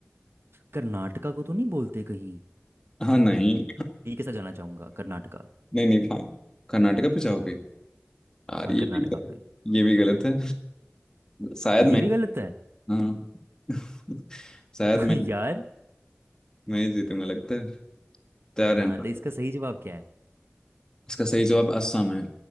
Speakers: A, on the right; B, on the left.
A: कर्नाटका को तो नहीं बोलते कहीं
B: हाँ नहीं
A: ये के साथ जाना चाहूंगा कर्नाटका
B: नहीं नहीं फाइन कर्नाटका पे जाओगे यार
A: हाँ
B: ये
A: कर्नाटका
B: भी गलत-
A: पे
B: ये भी गलत है शायद मैं
A: ये भी गलत है
B: हाँ <laughs> शायद
A: <laughs>
B: मैं
A: यार
B: मैं ही जीतूंगा लगता है तैयार
A: हाँ
B: है ना?
A: तो इसका सही जवाब क्या है
B: इसका सही जवाब असम है